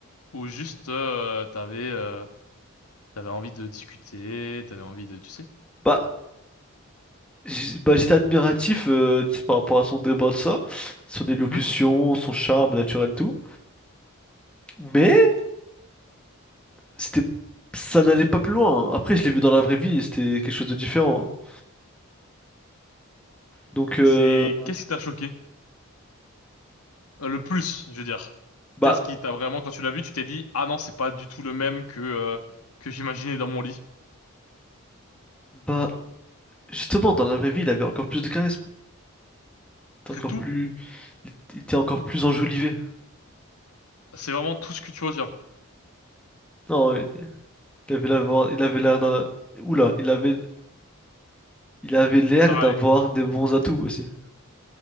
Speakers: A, on the left; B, in the centre.
A: ou juste euh, t'avais, euh, t'avais envie de discuter, t'avais envie de, tu sais.
B: Bah... j'- bah, j'étais admiratif euh, tu sais, par rapport à son débat de ça, son élocution,
A: Mhm.
B: son charme naturel, tout. Mais c'était, ça n'allait pas plus loin. Après, je l'ai vu dans la vraie vie et c'était quelque chose de différent. hein. Donc, euh,
A: C'est, qu'est-ce qui t'a choqué? Euh, le plus, je veux dire.
B: bah,
A: Qu'est-ce qui t'a vraiment, quand tu l'as vu, tu t'es dit, ah non, c'est pas du tout le même que, euh, que j'imaginais dans mon lit.
B: bah, justement, dans la vraie vie, il avait encore plus de charisme. Il était
A: C'est
B: encore
A: tout.
B: plus, il était encore plus enjolivé.
A: C'est vraiment tout ce que tu retiens.
B: Non, il avait l'avoir il avait l'air d'un, oula, il avait, il avait l'air
A: Ça
B: d'avoir
A: allait.
B: des bons atouts aussi.